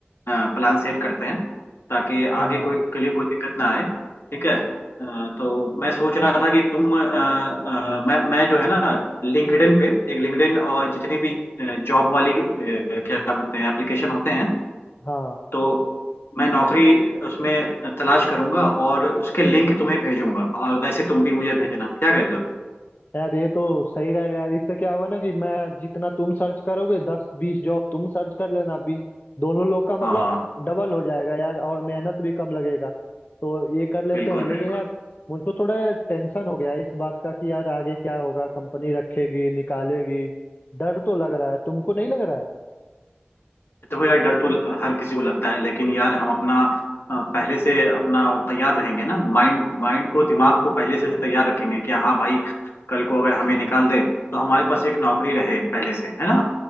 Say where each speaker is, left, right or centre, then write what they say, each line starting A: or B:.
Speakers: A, on the left; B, on the left.
A: प्लान सेट करते हैं ताकि
B: हाँ
A: आगे कोई के लिए कोई दिक्कत ना आए ठीक है अ, तो मैं सोच रहा था कि तुम अ, अ, मैं मैं जो है ना लिंक्डइन पे एक लिंक्डइन और जितनी भी जॉब वाली अ, क्या बोलते हैं एप्लीकेशन होते हैं
B: हाँ
A: तो मैं नौकरी उसमें तलाश करूंगा और उसके लिंक तुम्हें भेजूंगा और वैसे तुम भी मुझे भेजना क्या कहते हो
B: यार ये तो सही रहेगा यार इससे क्या होगा ना कि मैं जितना तुम सर्च करोगे दस बीस जॉब तुम सर्च कर लेना बीस दोनों लोग का मतलब
A: हाँ
B: डबल हो जाएगा यार और मेहनत भी कम लगेगा तो ये कर लेते
A: बिल्कुल
B: हैं लेकिन
A: बिल्कुल
B: यार मुझको थोड़ा टेंशन हो गया है इस बात का कि यार आगे क्या होगा कंपनी रखेगी निकालेगी डर तो लग रहा है तुमको नहीं लग रहा है
A: देखो यार डर तो हर किसी को लगता है लेकिन यार हम अपना अ, पहले से अपना तैयार रहेंगे ना माइंड माइंड को दिमाग को पहले से तैयार रखेंगे कि हाँ भाई कल को अगर हमें निकाल दे तो हमारे पास एक नौकरी रहे पहले से है ना